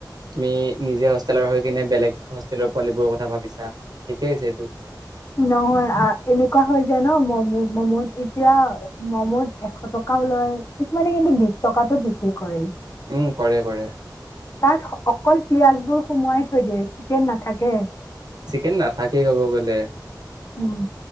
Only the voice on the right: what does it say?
তুমি নিজে হোষ্টেলৰ হৈ কিনে বেলেগ হোষ্টেলৰ পোৱালী বোৰৰ কথা ভাবিছা ঠিকেই হৈছে এইটো।
উম, কৰে কৰে।
চিকেন নাথাকেই ক'ব গ'লে।